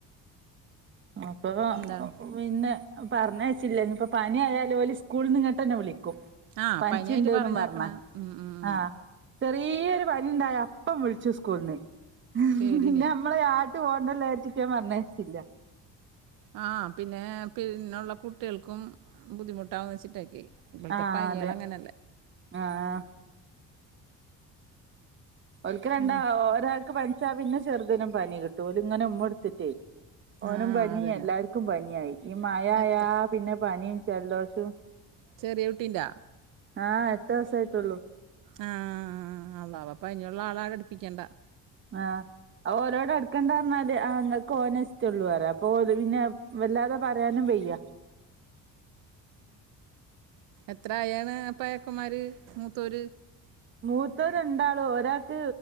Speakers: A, on the right; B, on the right.
A: അപ്പൊ
B: എന്താണ്
A: പിന്ന് പറഞ്ഞ് അയച്ചില്ല ഇഞ് ഇപ്പം പനി ആയാലും ഓല് സ്കൂളിൽ ഇങ്ങോട്ട് തന്നെ വിളിക്കും
B: ആ
A: പനിച്ച്
B: പനിയായിട്ട്
A: ഇണ്ട്ന്നും
B: പറഞ്ഞേക്കണ
A: പറഞ്
B: ഉം ഉം ഉം
A: ആഹ് ചെറിയൊരു പനി ഉണ്ടായി അപ്പം വിളിച്ചു സ്കൂളിന് പിന്ന
B: പേടിനെ
A: നമ്മള് ആട്ട് പോകണ്ടല്ല വിചാരിച്ചിട്ട് ഞാൻ പറഞ്ഞയച്ചില്ല
B: ആഹ് പിന്നെ പിന്ന ഉള്ള കുട്ടികൾക്കും ബുദ്ധിമുട്ട് മുട്ടാന്ന് വെച്ചിട്ടേക്ക ഇപ്പോളത്തെപ്പനികൾ
A: ആഹ് അതെ
B: അങ്ങനെയല്ലേ
A: ആഹ് ഓലക്ക് രണ്ടാ
B: പിന്നെ
A: ഒരാൾക്ക് പനിച്ചാ പിന്നെ ചെറുതിനിനും പനി കിട്ടു ഓല് ഇങ്ങനെ ഉമ്മ കെടുത്തിട്ടേ ഓനും
B: ആ
A: പനി
B: അതന്നെ
A: എല്ലാർക്കും പനിയായി ഈ മഴആയാ
B: എത്ര
A: പിന്നെ പനിയും ജലദോഷവും
B: ചെറിയ കുട്ടിന്റാ
A: ആ എട്ട് മാസയായിട്ടെള്ളു
B: ആഹ് അള്ളാവാ പനിയുള്ള ആളാ അടുപ്പിക്കണ്ട
A: ആഹ് ഓരോട് അടുക്കണ്ട പറഞാല് ആഹ് ഇങ്ങക്ക് ഓനെ ഇഷ്ടള്ളു പറേ അപ്പൊ ഓല് പിന്നെ വല്ലാതെ പറയാനും വെയ്യ.
B: എത്ര ആയാണ്, പയക്കമാര് മൂതോര്.
A: മൂത്തോ രണ്ടാള്, ഒരാൾക്ക്